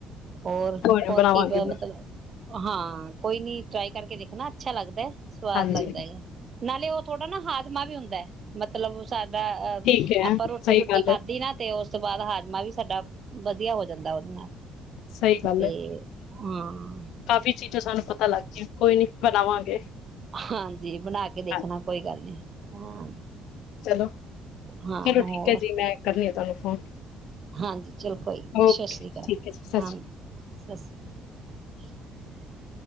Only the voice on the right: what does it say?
ਹੋਰ
ਹੋਰ
ਕੀ ਗਲਤ
ਹਾਂ ਕੋਈ ਨੀ। ਟਰਾਈ ਕਰਕੇ ਦੇਖਣਾ ਅੱਛਾ ਲੱਗਦੈ, ਸਵਾਦ
ਲੱਗਦੈ ਹੈਗਾ ਨਾਲੇ ਔ ਥੋੜਾ ਨਾ ਹਾ ਉਤਮਾ ਵੀ ਹੁੰਦੈ ਮਤਲਬ ਸਾ ਅਹ
ਅ
ਆਪਾਂ ਰੋਟੀ
ਰੁਟੀ
ਖਾਧੀ
ਨਾ ਤੇ ਔਸ ਉਸ ਤੋਂ ਬਾਅਦ ਹਾਜ਼ਮਾ ਵੀ ਸਾਡਾ ਵਧੀਆ ਹੋ ਜਾਂਦੈ ਔਦੇ ਨਾਲ।
ਤੇ
ਹਆ
ਹਾਂਜੀ, ਬਣਾ ਕੇ ਦੇਖਣਾ
ਕੋਈ ਗੱਲ ਨੀ। ਹਾਂ,
ਹਾਂ
ਹੋਰ,
ਹਾਂਜੀ ਚਲੋ ਕੋਈ ਨੀ
ਸਤ ਸ੍ਰੀ ਕਾਲ
ਹਾਂ
ਸ ਸ੍ਰੀ <inaudible>